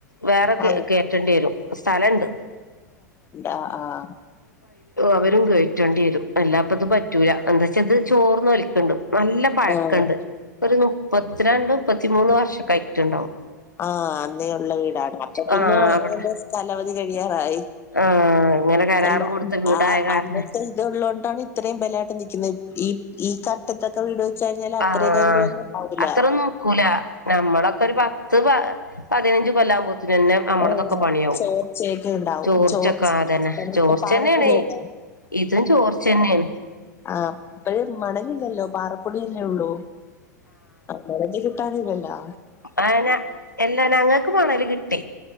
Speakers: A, on the left; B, on the left.
A: വേറെ
B: ആഹ്
A: കേറ്റേണ്ടി വരും സ്ഥലുണ്ട്
B: ആഹ
A: അവരും കേയറ്റേണ്ടി വരും അല്ലാപ്പത് പറ്റൂല എന്താ വെച്ചാ ഇത് ചോർന്ന ഒലിക്ണ്ട് നല്ല പഴക്കണ്ട്
B: ആഹ്
A: ഒരു മുപ്പത്തിരണ്ട് മുപ്പത്തിമൂന്ന് വർഷക്കായിട്ടിട്ടുണ്ടാവും
B: ആഹ അന്നേള്ള വീടാണ് അപ്പൊ പിന്നെ
A: ആ അവിടെ
B: എറെ സ്ഥലവധി കഴിയാറായി
A: ആ ഇങ്ങനെ കരാറ്
B: അല്ല
A: കൊടുത്ത വീടായ
B: ആ
A: കാരണം
B: അന്നത്തെ ഇത് ഉള്ളതുകൊണ്ടാണ് ഇത്രയും ബലമായിട്ട് നിലക്കുന്നത് ഈ ഈ കട്ടത്തൊക്കെ വീട് കഴിഞ്ഞാൽ അത്രയൊക്കെ
A: ആഹ
B: ഒന്നും ഉണ്ടാവൂല.
A: അത്ര നോക്കൂല നമ്മളൊക്കെ ഒരു പത്ത് പതിനഞ്ച് കൊല്ലാവുമ്പോ ത്തിനന്നെ നമ്മളതൊക്കെ
B: ഏഹ്
A: പണിയാവും
B: ചോർച്ചയൊക്കെ ഉണ്ടാവും.
A: ചോർച്ചൊക്കെ
B: ചോർച്ച
A: ആതന്നെ
B: നമുക്ക്
A: ചോർച്ച
B: പാറപ്പൊടിയല്ലേ.
A: തന്നെയണ ഇതും ചോർച്ചന്നെയാണ്
B: ആഹ ഇപ്പയ് മണലില്ലല്ലോ പാറപ്പൊടിയല്ലേ ഉള്ളൂ മണൽ കിട്ടാനില്ല ലോ
A: അന എല്ലാ ഞങ്ങക്ക് മണല് കിട്ടി